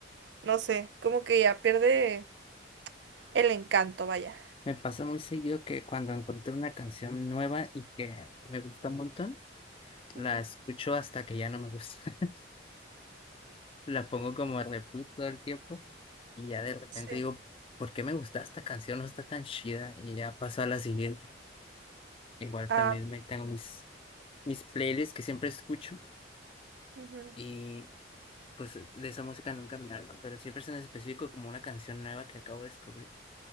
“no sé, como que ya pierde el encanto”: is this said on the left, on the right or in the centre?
Right